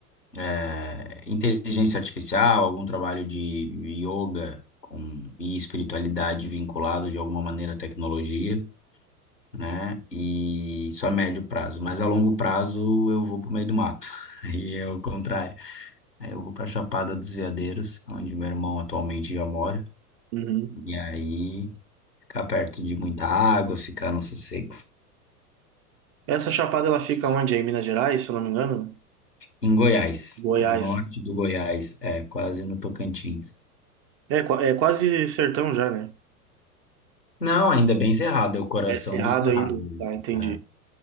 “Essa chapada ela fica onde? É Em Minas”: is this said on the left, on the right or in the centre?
Right